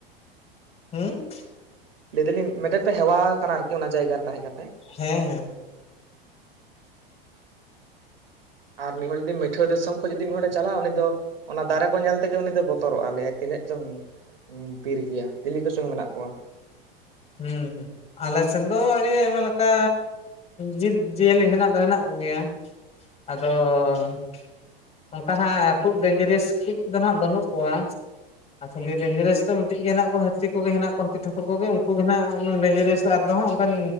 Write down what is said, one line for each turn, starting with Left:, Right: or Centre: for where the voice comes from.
Left: ᱦᱩᱸ
Right: ᱞᱟᱹᱭ ᱫᱟᱞᱤᱧ ᱢᱤᱫᱴᱮᱱ ᱯᱮ ᱦᱮᱣᱟ ᱟᱠᱟᱱᱟ ᱟᱨᱠᱤ ᱚᱱᱟ ᱡᱟᱭᱜᱟ ᱨᱮ ᱛᱟᱦᱮᱸ ᱠᱟᱛᱮ᱾
Left: ᱦᱮᱸ ᱦᱮᱸ
Right: ᱟᱨ ᱢᱤᱫ ᱦᱚᱲ ᱡᱩᱫᱤ ᱢᱤᱴᱷᱣᱟᱹ ᱫᱤᱥᱚᱢ ᱠᱷᱚᱱ ᱡᱩᱫᱤ ᱢᱤᱫ ᱦᱚᱲᱮ ᱪᱟᱞᱟᱜᱼᱟ ᱩᱱᱤ ᱫᱚᱻ ᱚᱱᱟ ᱫᱟᱨᱮ ᱠᱚ ᱧᱮᱞ ᱛᱮᱜᱮ ᱩᱱᱤ ᱫᱚ ᱵᱚᱛᱚᱨᱚᱜᱼᱟ ᱞᱟᱹᱭ ᱟᱭ ᱛᱤᱱᱟᱹᱜ ᱪᱚᱝ ᱵᱤᱨ ᱜᱮᱭᱟ ᱛᱤᱞᱤ ᱠᱚᱪᱚᱝ ᱢᱮᱱᱟᱜ ᱠᱚᱣᱟ᱾
Left: ᱦᱩᱸ᱾ ᱟᱞᱮ ᱥᱮᱱ ᱫᱚ ᱟᱹᱰᱤ ᱟᱭᱢᱟ ᱞᱮᱠᱟ ᱡᱤᱵᱽ ᱡᱤᱭᱟᱹᱞᱤ ᱦᱮᱱᱟᱜ ᱫᱚ ᱦᱮᱱᱟᱜ ᱠᱚᱜᱮᱭᱟ᱾ ᱟᱫᱚ ᱚᱱᱠᱟ ᱦᱟᱸᱜ ᱠᱷᱩᱜ ᱰᱮᱱᱡᱟᱨᱮᱥ ᱫᱚ ᱟᱸᱜ ᱵᱟᱹᱱᱩᱜ ᱠᱚᱣᱟ ᱟᱨ ᱠᱷᱟᱹᱞᱤ ᱰᱮᱧᱡᱮᱨᱮᱥᱥ ᱫᱚ ᱢᱤᱫᱴᱤᱡ ᱜᱮ ᱰᱮᱱᱡᱟᱨᱮᱥ ᱫᱚ ᱢᱤᱴᱮᱡ ᱜᱮ ᱦᱮᱱᱟᱜ ᱠᱚᱣᱟ ᱦᱟᱹᱛᱤ ᱠᱚᱜᱮ ᱦᱮᱱᱟᱜ ᱠᱚᱣᱟ ᱦᱟᱹᱛᱤ ᱴᱷᱟᱹᱠᱩᱨ ᱠᱚᱜᱮ ᱩᱱᱠᱩ ᱜᱮ ᱱᱟᱜ ᱩᱱᱟᱹᱜ ᱰᱮᱱᱡᱟᱨᱮᱥ ᱟᱫᱚ ᱦᱟᱜ ᱚᱱᱠᱟᱱ